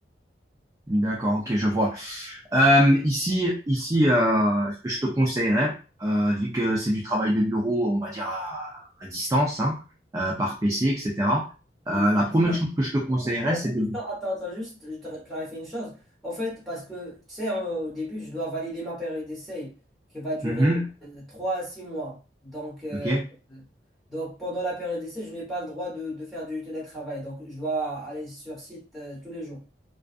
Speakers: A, on the right; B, in the centre.
A: D'accord, ok, je vois. Euh, ici, ici euh, ce que je te conseillerais, euh, vu que c'est du travail de bureau, on va dire à, à distance, hein, euh, par PC, etc.,
B: Mm.
A: euh, la première
B: Mais-
A: chose que je te conseillerais,
B: mais- ouais,
A: c'est de...
B: mais- Attends, attends, attends, juste, je te clarifie une chose. En fait, parce que, tu sais, hein, au début, je dois valider ma période d'essai qui va durer
A: Mhm,
B: euh, trois à six mois. Donc, euh,
A: ok.
B: euh, donc pendant la période d'essai, je n'ai pas le droit de, de faire du télétravail. Donc, je dois aller sur site euh, tous les jours.